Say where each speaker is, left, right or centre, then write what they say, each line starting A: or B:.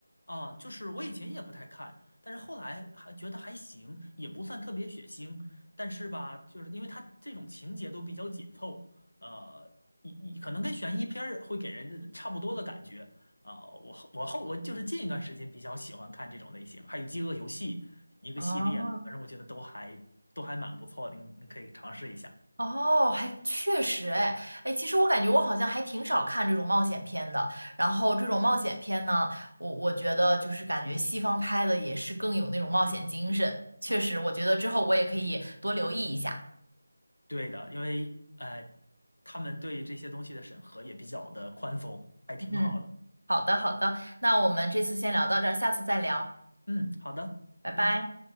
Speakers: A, on the left; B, on the right.
A: 啊，就是我以前也不太看，但是后来还觉得还行，也不算特别血腥，但是吧，就是因为它这种情节都比较紧凑，呃，一一可能跟悬疑片儿会给人差不多的感觉啊。我后我后我就是近一段时间比较喜欢看这种类型，还有《饥饿游戏》一个系列的，
B: 哦，
A: 反正我觉得都还都还蛮不错的，你你可以尝试一下。
B: 哦，还确实，哎，哎，其实我感觉我好像还挺少看这种冒险片的。然后这种冒险片呢，我我觉得就是感觉西方拍的也是更有那种冒险精神。确实，我觉得之后我也可以多留意一下。
A: 对的，因为呃，他们对这些东西的审核也比较的宽松，还挺好的。
B: 嗯，好的好的，那我们这次先聊到这儿，下次再聊，
A: 嗯，好的，
B: 拜拜。
A: 拜拜。